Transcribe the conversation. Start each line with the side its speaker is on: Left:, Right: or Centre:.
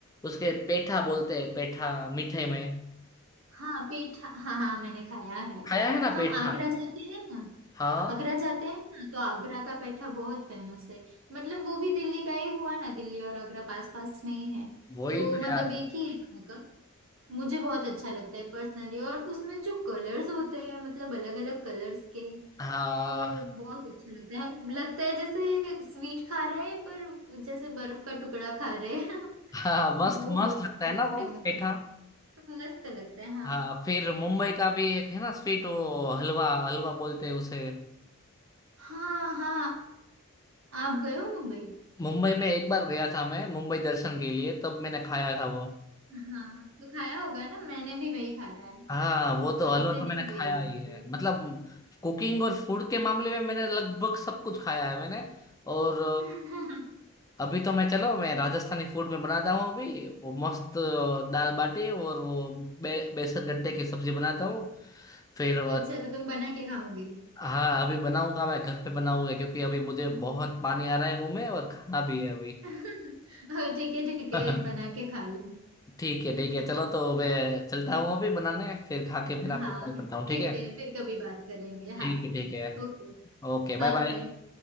Left: उसके पेठा बोलते हैं पेठा मीठे में
Right: हाँ पीठा हाँ हाँ मैंने खाया है
Left: खाया है ना
Right: हम
Left: पेठा
Right: आगरा जाते हैं ना
Left: हाँ
Right: आगरा जाते हैं ना तो आगरा का पेठा बहुत फेमस है मतलब वो भी दिल्ली का ही हुआ ना दिल्ली और आगरा पास पास में ही है
Left: वही
Right: तो
Left: तो
Right: मतलब
Left: यार
Right: एक ही है वहाँ का मुझे बहुत अच्छा लगता है पर्सनली और उसमें जो कलर्स होते हैं मतलब अलग अलग कलर्स के
Left: हाँ
Right: तो बहुत अच्छा लगता है लगता है जैसे स्वीट खा रहे हैं पर जैसे बर्फ का टुकड़ा खा रहे हैं <laughs>
Left: हाँ मस्त
Right: वो बहुत
Left: मस्त लगता
Right: अच्छा
Left: है
Right: लगता
Left: ना वो
Right: है मुझे
Left: पेठा
Right: मस्त लगता है हाँ
Left: हाँ फिर मुंबई का भी एक है ना स्वीट वो हलवा हलवा बोलते हैं उसे
Right: हाँ हाँ आप गए हो मुंबई
Left: मुंबई में एक बार गया था मैं मुंबई दर्शन के लिए तब मैंने खाया था वो
Right: हाँ तो खाया होगा ना मैंने भी वही खाया है
Left: हाँ वो तो
Right: वैसे
Left: हलवा तो
Right: नहीं
Left: मैंने
Right: गई
Left: खाया
Right: मैं
Left: ही
Right: मुंबई
Left: है मतलब कुकिंग और फूड के मामले में मैंने लगभग सब कुछ खाया है मैंने और
Right: <laughs>
Left: अ, अभी तो मैं चलो मैं राजस्थानी फूड में बनाता हूँ अभी वो मस्त अ, दाल बाटी और वो बे, बेसन गट्टे की सब्जी बनाता हूँ फिर वो-
Right: अच्छा तो तुम बना के खाओगे
Left: हाँ अभी बनाऊंगा मैं घर पे बनाऊंगा क्योंकि अभी मुझे बहुत पानी आ रहा है मुंह में और खाना भी है अभी
Right: <laughs> और ठीक है ठीक
Left: <laughs>
Right: है बना के खा लो
Left: ठीक है ठीक है चलो तो मैं चलता हूँ अभी बनाने फिर खा के फिर आपको
Right: हाँ
Left: कॉल करता हूँ ठीक
Right: ठीक
Left: है
Right: है फिर कभी बात करेंगे
Left: ठीक
Right: हाँ
Left: है ठीक है
Right: Okay
Left: Okay
Right: bye
Left: bye bye
Right: bye